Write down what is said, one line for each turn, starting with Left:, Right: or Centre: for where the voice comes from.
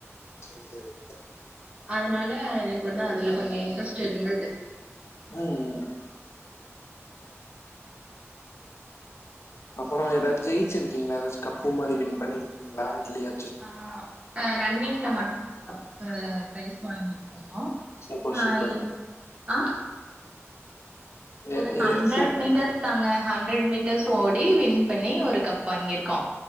Left: சரி, சரி.
Right: அதனால எனக் வந்து அதுல கொஞ்சோ இன்ட்ரெஸ்ட் இருந்துது
Left: ம் ம் அப்புறோ ஏதாச்சது ஜெயிச்சிருக்கீங்களா ஏதாச்சு கப்பு மாரி வின் பண்ணிருக்கீங்களா இல்லையா
Right: ஆ ரன்னிங்ல மட்டும் ஒரு கப் பிரைஸ் வாங்கிருக்கோ
Left: சூப்பர்,
Right: ஆயி
Left: சூப்பர்.
Right: ஆ
Left: எ
Right: ஒரு
Left: எ
Right: ஹண்ட்ரட்
Left: சூ
Right: மீட்டர்ஸ் தாங்க ஹண்ட்ரட் மீட்டர்ஸ் ஓடி வின் பண்ணி ஒரு கப் வாங்கிருக்கோ